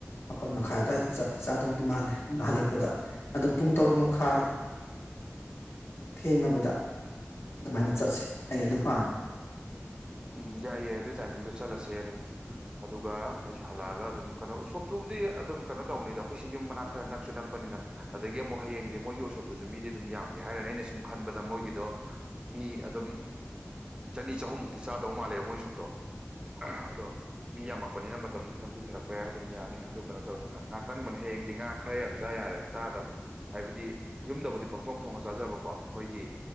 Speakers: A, on the left; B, on the right.
A: ꯃꯄꯥꯜ ꯃꯈꯥꯏ ꯑꯗꯨꯋꯥꯏꯗ ꯆꯠꯄ ꯇꯤ ꯆꯥꯗꯧꯗꯤ
B: ꯎꯝ
A: ꯃꯥꯜꯂꯦ ꯍꯜꯂꯛꯄꯗ ꯑꯗꯣ ꯄꯨꯡ ꯇꯔꯨꯛ ꯃꯈꯥꯏ ꯊꯦꯡꯉꯕꯗ ꯑꯗꯨꯃꯥꯏꯅ ꯆꯠꯁꯦ ꯑꯩ ꯑꯗꯨ ꯄꯥꯝꯃꯦ
B: ꯑꯝ ꯌꯥꯢꯌꯦ ꯑꯗꯨꯒꯤ ꯇꯥꯏꯃꯤꯡꯗꯣ ꯆꯠꯂꯁꯦ ꯑꯗꯨꯝ ꯑꯗꯨꯒ ꯑꯩꯁꯨ ꯍꯜꯂꯛꯑꯒ ꯑꯗꯨꯝ ꯀꯩꯅꯣ ꯎꯁꯣꯞꯇꯨꯕꯨꯗꯤ ꯑꯗꯨꯝ ꯀꯩꯅꯣ ꯇꯧꯅꯤꯗ ꯑꯩꯈꯣꯏꯁꯤ ꯌꯨꯝ ꯃꯅꯥꯛ ꯈꯔ ꯅꯛꯁꯨ ꯅꯛ ꯅꯛꯄꯅꯤꯅ ꯑꯗꯒꯤ ꯑꯃꯨꯛ ꯍꯌꯦꯡꯁꯦ ꯃꯣꯏꯒꯤ ꯎꯁꯣꯞꯇꯨꯁꯨ ꯃꯤꯗꯤ ꯑꯗꯨꯝ ꯌꯥꯝꯒꯦ ꯍꯥꯏꯔꯅꯤ ꯑꯩꯅ ꯁꯨꯝ ꯈꯟꯕꯗ ꯃꯣꯏꯒꯤꯗꯣ ꯃꯤ ꯑꯗꯨꯝ ꯆꯅꯤ ꯆꯍꯨꯝꯃꯨꯛꯇꯤ ꯆꯥꯗꯧ ꯃꯥꯜꯂꯦ ꯃꯣꯏ ꯎꯁꯨꯞꯇꯣ ꯑꯗꯣ ꯃꯤ ꯌꯥꯝꯃꯛꯄꯅꯤꯅ ꯃꯇꯝꯁꯨ ꯈꯤꯇꯪ ꯀꯨꯏꯊꯔꯛꯄ ꯌꯥꯏ ꯑꯗꯨꯝ ꯌꯥꯅꯤ ꯑꯗꯨ ꯀꯩꯅꯣ ꯇꯧꯋꯦ ꯉꯥ ꯇꯪꯕꯅꯦ ꯍꯌꯦꯡꯗꯤ ꯉꯥꯥꯛ ꯈꯔ ꯌꯥꯝ ꯆꯥ ꯌꯥꯔꯦ ꯆꯥꯗꯕ ꯍꯥꯏꯕꯗꯤ ꯌꯨꯝꯗꯕꯨꯗꯤ ꯄꯪꯗꯣꯡ ꯊꯣꯡꯅ ꯆꯥꯖꯕꯀꯣ ꯑꯩꯈꯣꯏꯒꯤ